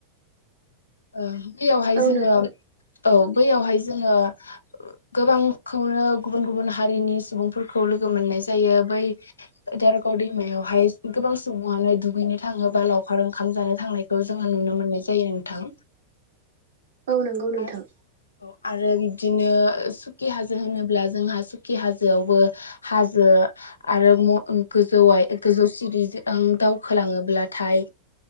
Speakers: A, on the left; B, on the right.
A: ओ बैयावहाय
B: औ
A: जोङो
B: नों
A: औ बैयावहाय जोङो गोबांखौनो गुबुन गुबुन हारिनि सुबुंफोरखौ लोगो मोननाय जायो बै दारागाव दैमायावहाय गोबां सुबुङानो दुगैनो थाङोबा लावखार ओंखाम जानो थांनाय खौ जोङो नुनो मोननाय जायो नोंथां
B: औ नंगौ नोंथां
A: आरो आरो बिब्दिनो सुखि हाजो होनोब्ला जोंहा सुखि हाजोआवबो हाजो आरो गोजौ गोजौ सिरिजों दावखोलाङोब्लाथाय